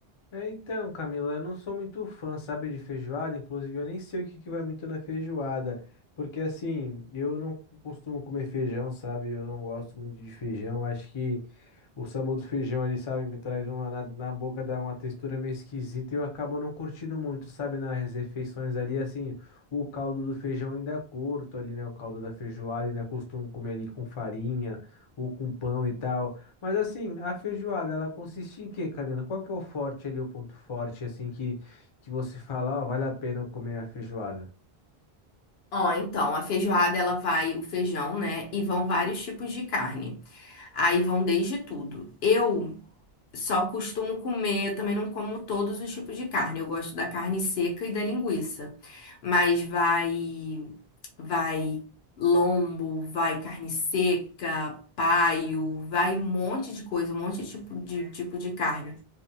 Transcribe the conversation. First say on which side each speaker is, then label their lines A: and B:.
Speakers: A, on the left; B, on the left.
A: É, então, Camila, eu não sou muito fã, sabe, de feijoada. Inclusive, eu nem sei o que que vai muito na feijoada. Porque, assim, eu não costumo comer feijão, sabe? Eu não gosto muito de feijão. Acho que o sabor do feijão ele sabe? Me traz uma, na, na boca dá uma textura meio esquisita e eu acabo não curtindo muito, sabe? Nas refeições ali, assim, o caldo do feijão ainda curto ali, né? O caldo da feijoada, ainda costumo comer ali com farinha ou com pão e tal. Mas assim, a feijoada, ela consiste em quê, Camila? Qual que é o forte ali, o ponto forte, assim, que, que você fala, ó, vale a pena eu comer a feijoada?
B: Ó, então, a feijoada ela vai o feijão, né? E vão vários tipos de carne. Aí vão desde tudo. Eu só costumo comer, eu também não como todos os tipos de carne. Eu gosto da carne seca e da linguiça. Mas vai vai lombo, vai carne seca, paio, vai um monte de coisa, um monte de tipo de tipo de carne.